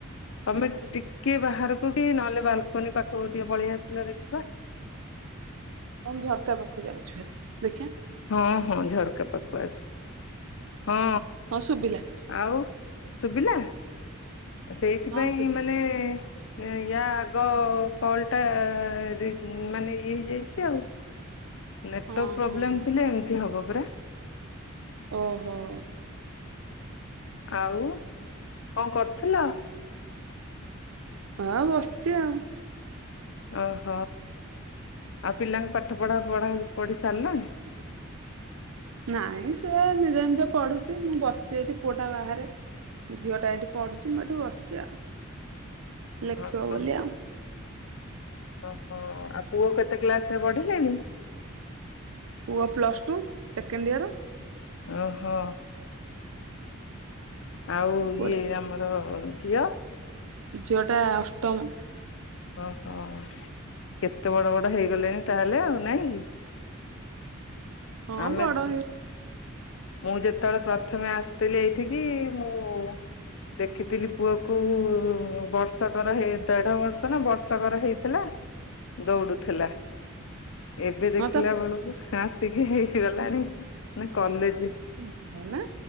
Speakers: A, on the left; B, on the right.
A: ତମେ ଟିକେ ବାହାରକୁ କି ନହେଲେ ବାଲକୁନି ପାଖକୁ ଟିକେ ପଳେଇ ଆସିଲ ଦେଖିବା।
B: ହଁ ମୁଁ ଝରକା ପାଖୁ ଯାଉଛି ଭାରି। ଦେଖିଆଁ?
A: ହଁ ହଁ ଝରକା ପାଖୁକୁ ଆସେ ହଁ।
B: ହଁ ଶୁଭିଲା।
A: ଆଉ ଶୁଭିଲା? ସେଇଥିପାଇଁ
B: ହଁ ଶୁଭିଲା
A: ମାନେ ଏ ୟା ଆଗ କଲଟା ରି ଉଁ ମାନେ ଇଏ ହେଇଯାଇଛି ଆଉ। ନେଟୱର୍କ
B: ହଁ
A: ପ୍ରୋବ୍ଲେମ୍
B: ହଁ
A: ଥିଲେ ଏମିତି ହବ ପରା।
B: ଓହୋଃ।
A: ଆଉ କଁ କରୁଥିଲ?
B: ଆଁ ବସିଚି ଆଉ।
A: ଓହୋଃ। ଆଉ ପିଲାଙ୍କ ପାଠପଢ଼ା ପଢ଼ା ପଢ଼ି ସାରିଲାଣି?
B: ନାଇଁ ସେ ନିଜେ ନିଜେ ପଢୁଚି ମୁଁ ବସିଚି ଏଠି ପୁଅଟା ବାହାରେ। ଝିଅଟା ଏଇଠି ପଢୁଚି ମୁଁ ଏଠି ବସିଚି ଆଉ।
A: <inaudible>
B: ଲେଖିବ
A: ହଁ
B: ବୋଲି ଆଉ।
A: ଓହୋ ଆଉ ପୁଅ କେତେ କ୍ଲାସରେ ପଢିଲାଣି?
B: ପୁଅ ପ୍ଲସ୍ ଟୁ ସେକେଣ୍ଡ ଇୟର।
A: ଓହୋ। ଆଉ
B: ପୁଅଟା
A: ଇଏ ଆମର ଝିଅ।
B: ଝିଅଟା ଅଷ୍ଟମ।
A: ଓହୋ କେତେ ବଡ ବଡ ହେଇଗଲେଣି ତାହେଲେ ଆଉ ନାହିଁ କି? <inaudible>
B: ହଁ
A: ଆମେ
B: ବଡ ହେଇ
A: ମୁଁ ଯେତେବେଳେ ପ୍ରଥମେ ଆସିଥିଲି ଏଇଠିକି ମୁଁ ଦେଖିଥିଲି ପୁଅକୁ ବର୍ଷକର ହେଇ ଦେଢବର୍ଷ ନା ବର୍ଷକର ହେଇ ଥିଲା ଦୋଉଡୁ ଥିଲା। ଏବେ ଦେଖିଲା
B: ହଁ ତା
A: ବେଳୁକୁ ହାସିକି ହେଇ ଗଲାଣି ପୁଣି କଲେଜେ।
B: ହଁ ନା